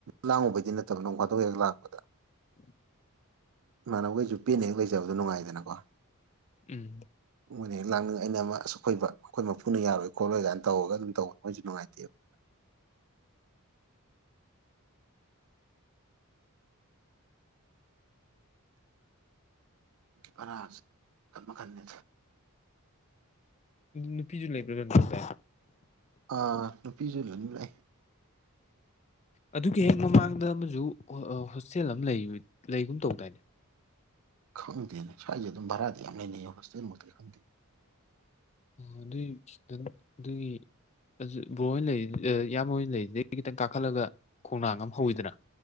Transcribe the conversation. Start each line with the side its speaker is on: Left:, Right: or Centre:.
Right: ꯂꯥꯡꯉꯨꯕꯩꯗꯤ ꯅꯠꯇꯕ ꯅꯣꯡ ꯈꯥꯗꯣꯛ ꯍꯦꯛ ꯂꯥꯛꯄꯗ
Left: <inaudible>
Right: ꯏꯃꯅꯕꯈꯣꯏꯁꯨ ꯄꯦꯅꯤꯡ ꯂꯩꯖꯕꯗꯣ ꯅꯨꯡꯉꯥꯏꯗꯅꯀꯣ
Left: ꯎꯝ
Right: ꯃꯣꯏꯅ ꯂꯥꯡꯅꯤꯡ ꯑꯩꯅ ꯑꯃ ꯑꯁꯨꯛ ꯐꯩꯕ ꯑꯩꯈꯣꯏ ꯃꯄꯨꯅ ꯌꯥꯔꯣꯏ ꯈꯣꯠꯂꯣꯏ ꯀꯥꯏꯅ ꯇꯧꯔꯒ ꯑꯗꯨꯝ ꯇꯧꯋꯤ ꯃꯖ ꯅꯨꯡꯉꯥꯏꯇꯕ ꯐꯔ ꯃꯈꯟ ꯃꯈꯟꯅꯤ
Left: ꯅꯨꯄꯤꯁꯨ ꯂꯩꯕ꯭ꯔꯥ ꯑꯗꯨ ꯇ
Right: ꯑꯥ ꯅꯨꯨꯄꯤꯖꯂꯅꯤ ꯂꯩꯥꯏ
Left: ꯑꯗꯨꯒꯤ ꯍꯦꯛ ꯃꯃꯥꯡꯗ ꯑꯃꯁꯨ ꯍꯣꯁꯇꯦꯜ ꯑꯃ ꯂꯩ ꯂꯩꯒꯨꯝ ꯇꯧꯗꯥꯏꯅꯦ
Right: ꯈꯪꯗꯅꯦ ꯁꯥꯏꯖꯦ ꯑꯗꯨꯝ ꯚꯔꯥꯗꯤ ꯌꯥꯝ ꯑꯃꯅꯅꯦ ꯍꯣꯁꯇꯦꯜ ꯃꯠꯇ ꯈꯪꯗꯤ
Left: ꯑꯣ ꯑꯗꯨꯏꯗꯪ ꯑꯗꯨꯒꯤ ꯕꯣꯔ ꯂꯩꯔꯤ ꯏꯌꯥꯝꯕꯣꯏ ꯂꯩꯔꯤꯗꯩ ꯈꯤꯇꯪ ꯀꯥꯈꯠꯂꯒ ꯈꯣꯡꯅꯥꯡ ꯑꯃ ꯍꯧꯋꯤꯗꯅ